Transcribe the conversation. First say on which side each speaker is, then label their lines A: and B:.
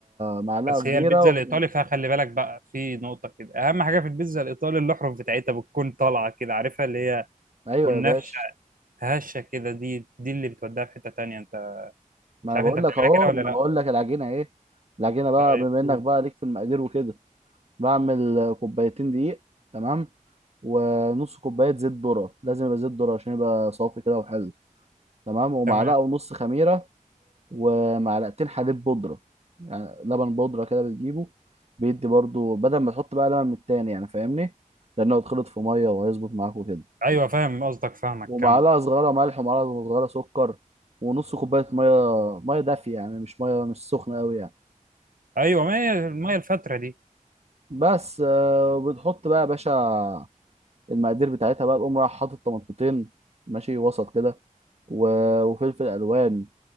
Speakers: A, on the right; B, on the right.
A: معلقه
B: بس
A: كبيره
B: هي البيتزا
A: و...
B: الايطالي فيها خلي بالك بقى في نقطه كده اهم حاجه في البيتزا الايطالي الاحرف بتاعتها بتكون طالعه كده عارفها اللي هي
A: ايوه
B: تكون نافشه
A: يا باشا
B: هشه كده دي دي اللي بتوديها في حته تانية انت
A: ما
B: مش
A: انا
B: عارف
A: بقول
B: انت بتعملها
A: لك اهو
B: كده
A: ما
B: ولا
A: انا
B: لا
A: بقول لك العجينه ايه العجينه بقى
B: طيب
A: بما انك
B: أوه.
A: بقى ليك في المقادير وكده بعمل كوبايتين دقيق تمام ونص كوبايه زيت ذره لازم يبقى زيت ذره عشان يبقى صافي كده وحلو تمام ومعلقه
B: تمام
A: ونص خميره ومعلقتين حليب بودرة يعني لبن بودرة كده بتجيبه بيدي برضو بدل ما تحط بقى لبن من التاني يعني فاهمني لأنه هيتخلط في مية وهيظبط معاك وكده
B: ايوه فاهم قصدك فاهمك
A: ومعلقة
B: كمل
A: صغيرة ملح ومعلقة صغيرة سكر ونص كوباية مية مية دافية يعني مش مية مش سخنة أوي يعني
B: ايوه ما هي ما هي الفتره دي
A: بس آه، بتحط بقى يا باشا المقادير بتاعتها بقى تقوم رايح حاطط طماطمتين ماشي وسط كده و- وفلفل ألوان